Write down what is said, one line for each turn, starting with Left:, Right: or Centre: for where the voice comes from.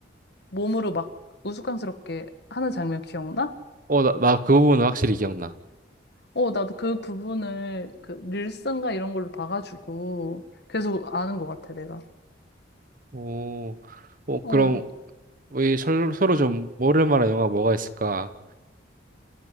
Left: 몸으로 막 우스꽝스럽게 하는 장면 기억나?
Right: 어 나 나 그 부분은 확실히 기억나.
Left: 어, 나도 그 부분을 그 릴슨가 이런 걸로 봐가지고 계속 아는 것 같아, 내가.
Right: 오, 어
Left: 어,
Right: 그럼 우리 서로 서로 좀 모를 만한 영화 뭐가 있을까?